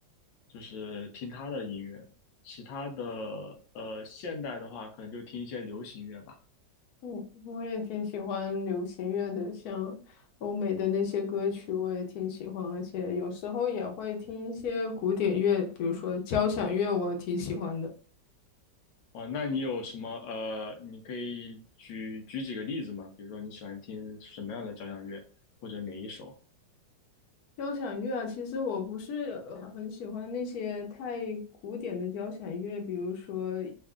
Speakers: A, on the left; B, on the left.
A: 就是听他的音乐。其他的呃，现代的话，可能就听一些流行乐吧。
B: 嗯，我也挺喜欢流行乐的，像欧美的那些歌曲，我也挺喜欢，而且有时候也会听一些古典乐，比如说交响乐，我挺喜欢的。
A: 哦，那你有什么呃，你可以举举几个例子吗？比如说你喜欢听什么样的交响乐，或者哪一首？
B: 交响乐啊，其实我不是呃很喜欢那些太古典的交响乐，比如说，呃